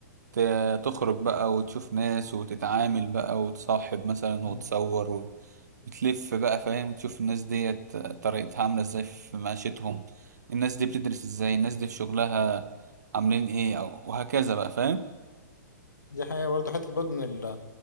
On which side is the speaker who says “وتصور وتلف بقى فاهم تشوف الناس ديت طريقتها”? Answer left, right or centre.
Right